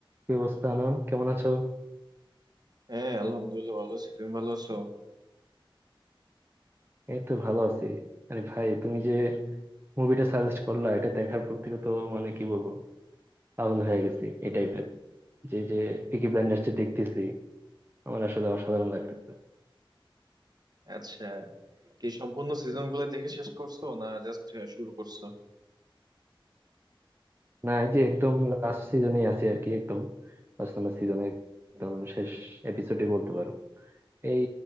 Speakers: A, on the right; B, on the right.
A: কি অবস্থা আনাম কেমন আছো
B: হ্যাঁ আলহামদুলিল্লাহ ভালো আছি তুমি ভালো আছো
A: এই তো ভালো আছি আরে ভাই তুমি যে মুভিটা সাজেস্ট করলা এটা দেখার পর থেকে তো মানে কি বলবো পাগল হয়ে গেছি এই টাইপের যে যে পিকি ব্লাইন্ডার্স যে দেখতেছি আমার আসলে অসাধারণ লাগতেছে
B: আচ্ছা কি সম্পূর্ণ সিজন গুলো দেখে শেষ করছো না জাস্ট শুরু করছো
A: না এই যে একদম লাস্ট সিজনে আছে আর কি একদম লাস্ট নাম্বার সিজনে একদম শেষ এপিসোডে বলতে পারো এই